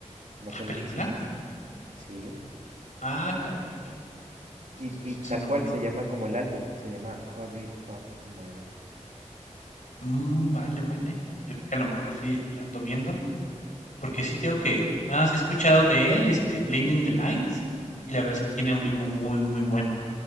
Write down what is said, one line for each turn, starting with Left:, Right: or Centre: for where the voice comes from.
Right: Va
Left: ¿La
Right: a salir
Left: película?
Right: en cines. Sí.
Left: Ah, caray. Eso
Right: Y, y
Left: eso suena
Right: tal cual
Left: bueno.
Right: se llama como el álbum. Se llama Hurry Up Tomorrow.
Left: Mm, vale, vale. Yo creo que a lo mejor sí la ando viendo, porque sí tengo que, nada más he escuchado de él, este, Blinding the Lights, y la verdad es que tiene un ritmo muy, muy bueno.